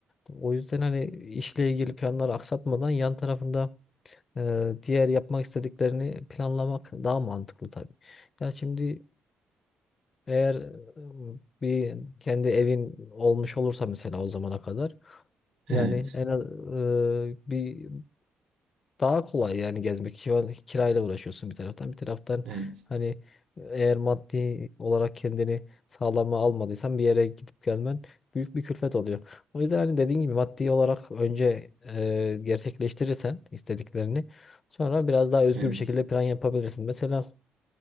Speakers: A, on the left; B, on the right.
A: O yüzden hani işle ilgili planları aksatmadan yan tarafında Eee, diğer yapmak istediklerini planlamak daha mantıklı tabii. Ya şimdi eğer e, bir kendi evin olmuş olursa mesela o zamana kadar yani
B: Evet,
A: en az e, bir daha kolay yani gezmek. Şu kirayla uğraşıyorsun bir taraftan. Bir taraftan
B: evet,
A: hani eğer maddi olarak kendini sağlama almadıysan bir yere gidip gelmen büyük bir külfet oluyor. O yüzden hani dediğin gibi maddi olarak önce e, gerçekleştirirsen istediklerini sonra biraz daha özgür
B: evet,
A: bir şekilde plan yapabilirsin. Mesela